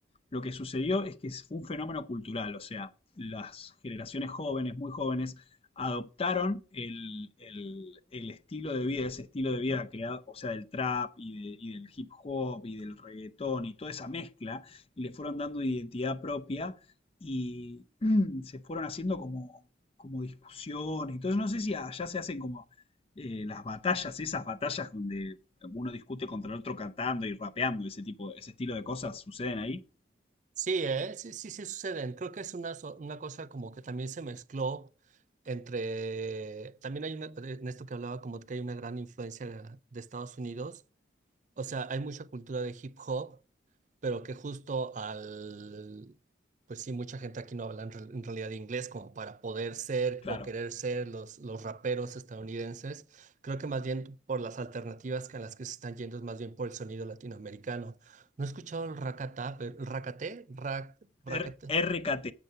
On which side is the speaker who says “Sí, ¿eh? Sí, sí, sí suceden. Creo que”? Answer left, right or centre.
Right